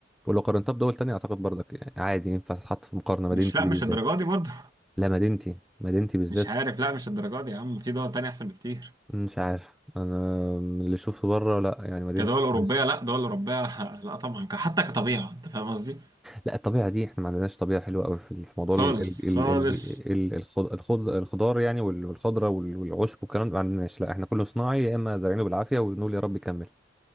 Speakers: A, in the centre; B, on the right.
A: ولو قارنتها بدول تانية أعتقد برضك يعني عادي ينفع تتحط في مقارنة مدينتي
B: مش لا
A: دي
B: مش
A: بالذات
B: الدرجه دي برضه
A: لا مدينتي مدينتي
B: <laughs>
A: بالذات
B: مش عارف لا مش الدرجه دي يا عم في دول تانية احسن بكتير
A: مش عارف انا من اللي اشوفه بره لا يعني مدينتي
B: كدول اوروبيه
A: كويسه
B: لا دول اوروبيه <laughs> لا طبعا ك- حتى كطبيعه انت فاهم قصدي
A: لا الطبيعه دي احنا ما عندناش طبيعه حلوه قوي في في موضوع
B: خالص
A: ال- ال-
B: خالص
A: ال- ال- ال- الخض- الخض- الخضار يعني وال- والخضره وال- والعشب والكلام ده ما عندناش لا احنا كله صناعي يا اما زارعينه بالعافيه ونقول يا رب يكمل